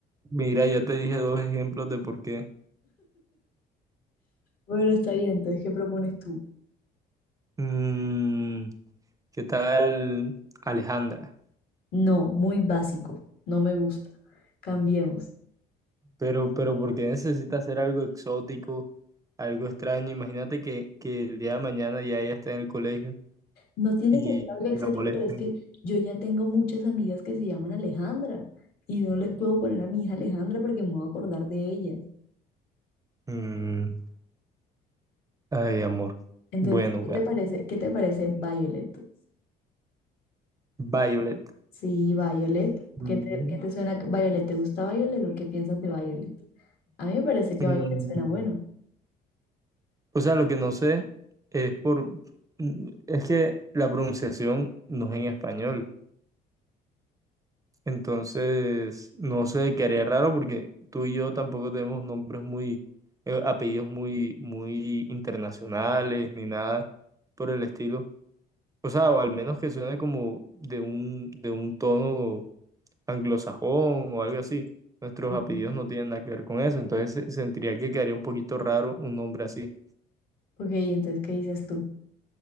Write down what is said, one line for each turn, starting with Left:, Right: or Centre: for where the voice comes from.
Right: Mira, ya te dije dos ejemplos de por qué.
Left: Bueno, está bien, entonces, ¿qué propones tú?
Right: Mm, ¿qué tal Alejandra?
Left: No, muy básico, no me gusta. Cambiemos.
Right: Pero, pero ¿por qué necesita hacer algo exótico, algo extraño? Imagínate que, que el día de mañana ya ella está en el colegio
Left: No tiene
Right: y,
Left: que ser algo exótico,
Right: y la molesten.
Left: pero es que yo ya tengo muchas amigas que se llaman Alejandra y no les puedo poner a mi hija Alejandra porque me voy a acordar de ella.
Right: Mm, ay, amor.
Left: Entonces,
Right: Bueno,
Left: ¿qué
Right: bueno.
Left: te parece? ¿Qué te parece Violet?
Right: Violet.
Left: Sí, Violet.
Right: Mm,
Left: ¿Qué te, qué te suena Violet? ¿Te gusta Violet o qué piensas de Violet? A mí me parece que
Right: mm.
Left: Violet suena bueno.
Right: O sea, lo que no sé es por... mm, Es que la pronunciación no es en español. Entonces, no sé, quedaría raro porque tú y yo tampoco tenemos nombres muy, eh, apellidos muy, muy internacionales ni nada por el estilo. O sea, o al menos que suene como de un, de un tono anglosajón o algo así. Nuestros
Left: Ujú.
Right: apellidos no tienen nada que ver con eso, entonces se- sentiría que quedaría un poquito raro un nombre así,
Left: Ok, entonces, ¿qué dices tú?